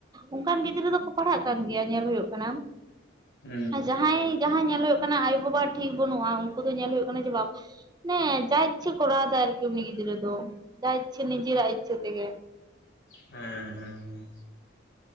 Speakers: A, on the right (about 20°); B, on the left (about 65°).
A: ᱚᱱᱠᱟᱱ ᱜᱤᱫᱽᱨᱟᱹ ᱫᱚ ᱠᱚ ᱯᱟᱲᱦᱟᱜ ᱠᱟᱱ ᱜᱮᱭᱟ ᱜᱮᱭᱟ ᱧᱮᱞ ᱦᱳᱭᱳᱜ ᱠᱟᱱᱟ
B: ᱦᱩᱸ
A: ᱟᱨ ᱡᱟᱦᱟᱸᱭ ᱡᱟᱦᱟᱸᱭ ᱧᱮᱞ ᱦᱳᱭᱳᱜ ᱠᱟᱱᱟ ᱟᱭᱳ ᱵᱟᱵᱟ ᱴᱷᱤᱠ ᱵᱟᱹᱱᱩᱜᱼᱟ ᱩᱱᱠᱩ ᱫᱚ ᱧᱮᱞ ᱦᱳᱭᱳᱜ ᱠᱟᱱᱟ ᱡᱮ ᱵᱟᱯ ᱱᱮᱸ ᱡᱟ ᱤᱪᱪᱷᱟᱹ ᱠᱚᱨᱟᱣ ᱫᱟᱭ ᱟᱨᱠᱤ ᱩᱱᱤ ᱜᱤᱫᱽᱨᱟᱹ ᱫᱚ ᱡᱟ ᱤᱪᱪᱷᱟᱹ ᱱᱤᱡᱮᱨᱟᱜ ᱤᱪᱪᱷᱟᱹ ᱛᱮ ᱜᱮ᱾
B: ᱦᱮᱸ ᱦᱮᱸ,